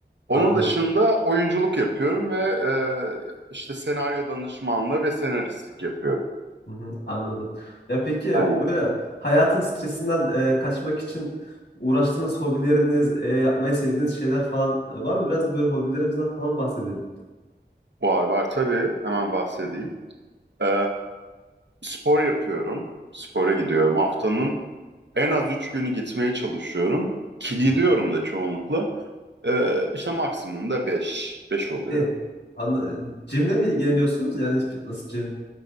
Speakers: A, on the right; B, on the left.
A: Onun
B: Anladım.
A: dışında oyunculuk yapıyorum ve e, işte senaryo danışmanlığı ve senaristlik yapıyorum.
B: Hı hı, anladım. Ya peki
A: Aynen.
B: böyle hayatın stresinden e, kaçmak için uğraştığınız hobileriniz, e, yapmayı sevdiğiniz şeyler falan e, var mı? Biraz da böyle hobilerimizden falan bahsedelim.
A: Var var tabii. Hemen bahsedeyim. E, spor yapıyorum. Spora gidiyorum. Haftanın en az üç günü gitmeye çalışıyorum. Ki gidiyorum
B: Hı hı.
A: da çoğunlukla. E, işte maksimum da beş. Beş oluyor.
B: E, anla, jimle mi ilgileniyorsunuz? Yani fitness, jim.